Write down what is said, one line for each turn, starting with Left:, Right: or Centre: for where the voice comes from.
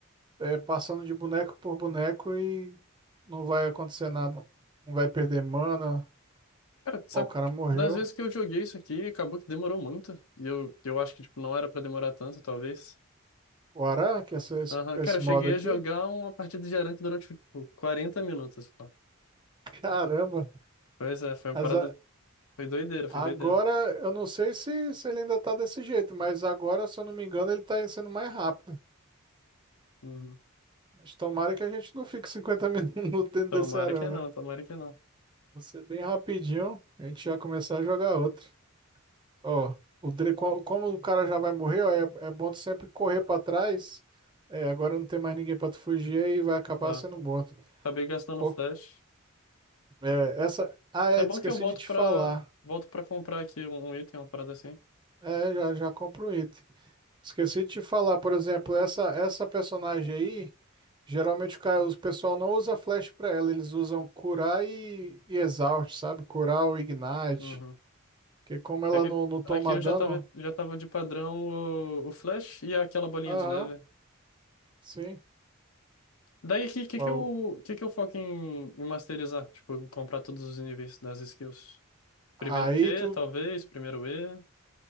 Right: é, passando de boneco por boneco e não vai acontecer nada. Não vai perder mana.
Left: Cara, tu sabe,
Right: Ó, o cara
Left: que, tipo,
Right: morreu.
Left: das vezes que eu joguei isso aqui, acabou que demorou muito. E eu, eu acho que, tipo, não era pra demorar tanto, talvez.
Right: O Araque, essa, esse,
Left: Aham,
Right: esse
Left: Cara, eu cheguei
Right: modo aqui?
Left: a jogar uma partida de Aran que durou, tipo, 40 minutos, pô.
Right: Caramba!
Left: Pois é, foi uma
Right: Mas
Left: parada...
Right: a-
Left: Foi doideira, foi
Right: agora,
Left: doideira.
Right: eu não sei se, se ele ainda tá desse jeito, mas agora, se eu não me engano, ele tá sendo mais rápido.
Left: Uhum.
Right: Mas tomara que a gente não fique 50 <laughs> minutos dentro
Left: Tomara
Right: desse arame,
Left: que não,
Right: né?
Left: tomara que não.
Right: Vai ser bem rapidinho, a gente já começar a jogar outro. Ó, o Dre, co- como o cara já vai morrer, ó, é, é bom tu sempre correr pra trás. É, agora não tem mais ninguém pra tu fugir e vai acabar
Left: Ah,
Right: sendo morto.
Left: acabei gastando
Right: Pô,
Left: flash.
Right: é, essa. Ah, é,
Left: É
Right: esqueci
Left: bom que eu volto
Right: de te
Left: pra...
Right: falar.
Left: Volto pra comprar aqui um, um item, uma parada assim.
Right: É, já, já compro um item. Esqueci de te falar, por exemplo, essa essa personagem aí, geralmente o cara- os pessoal não usa flash pra ela, eles usam curar e, e exaust, sabe? Curar ou ignite,
Left: Uhum.
Right: porque como ela
Left: É que
Right: não, não toma
Left: aqui eu
Right: dano,
Left: já tava, já tava de padrão o, o flash e aquela bolinha
Right: aham,
Left: de neve.
Right: sim.
Left: Daí, o que, que,
Right: Ó,
Left: que eu, que, que eu foco em, em masterizar? Tipo, comprar todos os níveis das skills. Primeiro
Right: Aí
Left: Q,
Right: tu
Left: talvez. Primeiro E.